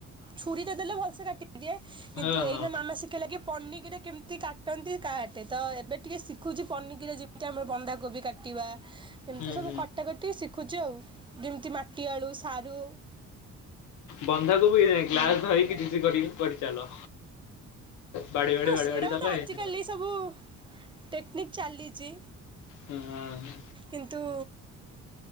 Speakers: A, on the right; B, on the left.
A: ଛୁରୀ ଟା ଦେଲେ ଭଲସେ କାଟି ଦିଏ କିନ୍ତୁ
B: ହଁ
A: ଏଇନା
B: ହଁ
A: ମାମା ଶିଖା ଲାଗେ ପନିକିରି କେମିତି କାଟନ୍ତି କାହାଟେ ତ ଏବେଟିକେ ଶିଖୁଛି ପନିକିରି ଯେମିତି ଆମର ବନ୍ଧାୋବି କାଟ କଟିବା ଏମିତି
B: ହୁଁ
A: ସବୁ
B: ହୁଁ
A: କଟାକଟି ଶିଖୁଛି ଆଉ ଯେମିତି ମାଟି ଆଳୁ ସାରୁ
B: ବନ୍ଧା କୋବି ଗ୍ଲାସ
A: ହୁଁ
B: ଧରିକି ଡିଜେ କରିକି କରିଚାଲ। ବାଡେଇ ବାଡେଇ
A: ହଁ
B: ବାଡେଇ
A: ସେଡାକ
B: ବାଡେଇ ଚାଲ
A: ତ
B: ହେଇଯିବ
A: ଆଜିିକାଲି ସବୁ ଟେକ୍ନିକ୍ ଚାଲିଚି
B: ହଁ।
A: କିନ୍ତୁ